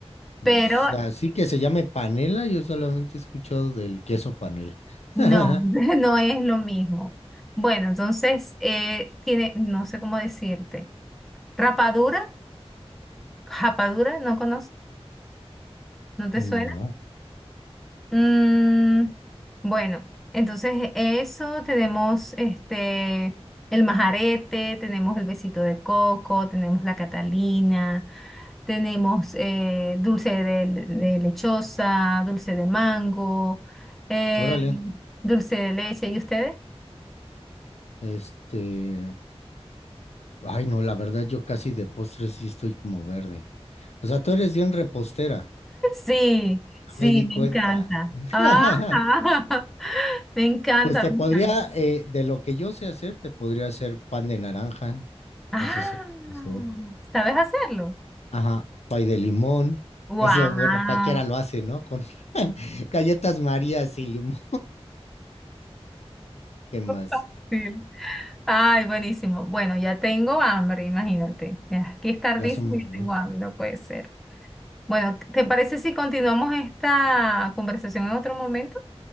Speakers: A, on the left; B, in the centre.
A: Pues,
B: pero
A: así que se llame panela, yo solamente he escuchado del queso panela. <laughs>
B: no, <laughs> no es lo mismo. Bueno, entonces eh, tiene, no sé cómo decirte. Rapadura, japadura, ¿no conoces? ¿No te
A: No,
B: suena? Mm, bueno, entonces eso tenemos este el majarete, tenemos el besito de coco, tenemos la Catalina. Tenemos eh, dulce de, de lechosa, dulce de mango, eh,
A: órale,
B: dulce de leche. ¿Y ustedes? <laughs>
A: este. Ay, no, la verdad, yo casi de postres sí estoy como verde. O sea, tú eres bien repostera,
B: Sí, sí,
A: ya me di
B: me
A: cuenta.
B: encanta.
A: <laughs>
B: Ajá. <laughs> Me encanta,
A: Pues te
B: me
A: podría,
B: encanta.
A: eh, de lo que yo sé hacer, te podría hacer pan de naranja,
B: Ah,
A: ese sí. sé Hacer.
B: ¿sabes hacerlo?
A: Ajá, pay de limón,
B: ¡Wow!
A: eso, bueno, cualquiera lo hace, ¿no? Con <laughs> galletas Marías y limón. ¿Qué más?
B: Fácil. Ay, buenísimo. Bueno, ya tengo hambre, imagínate. Ya, aquí es tardísimo
A: Ya somos
B: y ya
A: dos.
B: tengo hambre, no puede ser. Bueno, ¿te parece si continuamos esta conversación en otro momento?